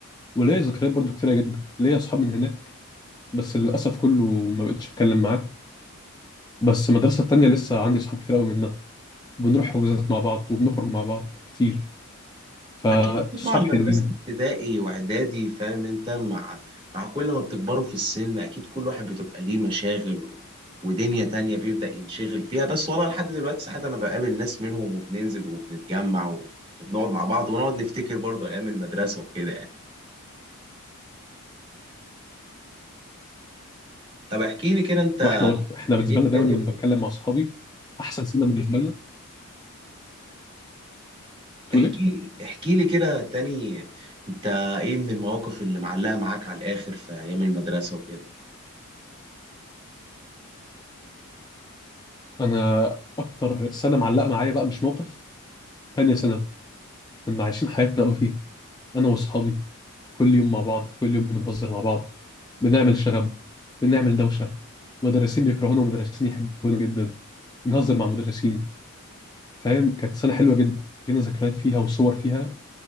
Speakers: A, on the left; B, on the right.
A: وليا ذكريات برضو كتيره جدا ليا اصحاب من هناك بس للاسف كله ما بقتش اتكلم معاه بس المدرسه التانيه لسه عندي اصحاب كتير قوي منها بنروح حجوزات مع بعض وبنخرج مع بعض كتير فاصحاب
B: اكيد طبعا مدرسه
A: حلوين
B: ابتدائي واعدادي فاهم انت مع مع كل ما بتكبروا في السن اكيد كل واحد بتبقى ليه مشاغل و... ودنيا تانية بيبدأ ينشغل فيها بس والله لحد دلوقتي ساعات انا بقابل ناس منهم وبننزل وبنتجمع و... وبنقعد مع بعض ونقعد نفتكر برضه ايام المدرسه وكده يعني طب احكي لي كده انت
A: واحنا برضه احنا بالنسبه
B: ايه
A: لنا دايما
B: تاني
A: لما بتكلم مع اصحابي احسن سنه بالنسبه لنا بتقول
B: احكي
A: ايه
B: احكي لي كده تاني انت ايه من المواقف اللي معلقه معاك على الاخر في ايام المدرسه وكده
A: انا اكتر سنه معلقه معايا بقى مش موقف تانية سنه كنا عايشين حياتنا قوي فيها انا واصحابي كل يوم مع بعض كل يوم بنهزر مع بعض بنعمل شغب بنعمل دوشه مدرسين بيكرهونا ومدرسين يحبونا جدا بنهزر مع مدرسين فاهم كانت سنه حلوه جدا لينا ذكريات فيها وصور فيها